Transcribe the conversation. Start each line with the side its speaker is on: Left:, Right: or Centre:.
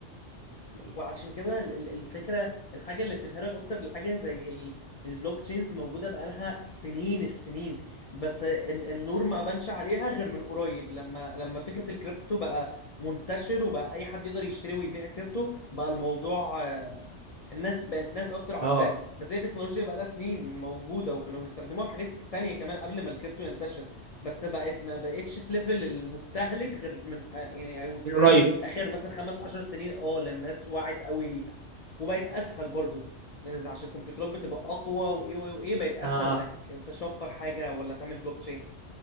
Right: يعني
Left: وعشان كده ال- ال- الفكره الحاجه اللي بتبهرك اكتر الحاجه زي ال- البلوك تشينز موجوده بقالها سنين السنين بس ال- النور ما بانش عليها غير من قريب لما لما فكره الكريبتو بقى منتشر وبقى اي حد يقدر يشتري ويبيع كريبتو بقى الموضوع آه، الناس بقى الناس اكتر عارفاه
Right: اه
Left: بس هي تكنولوجيا بقى لها سنين موجوده وكانوا بيستخدموها في حاجات تانية كمان قبل ما الكريبتو ينتشر بس بقت ما بقتش في ليفل المستهلك غير من آه، يعني I would
Right: من
Left: say
Right: قريب
Left: اخر مثلا خمس عشر سنين اه للناس وعت قوي ليها وبقت اسهل برضو إذا عشان الكمبيوترات بتبقى اقوى وايه وايه وإيه، بقت اسهل
Right: اه آه.
Left: انك تشفر حاجه ولا تعمل بلوك تشين